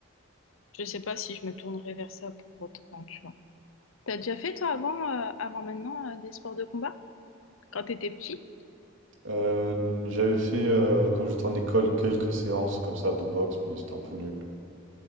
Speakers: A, on the left; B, on the right.
A: je sais pas si je me tournerai vers ça pour autant, tu vois. T'as déjà fait toi avant, euh, avant maintenant, euh, des sports de combat? Quand t'étais petit?
B: Euh, j'avais fait, euh, quand j'étais en école, quelques séances comme ça de boxe, mais c'était un peu nul.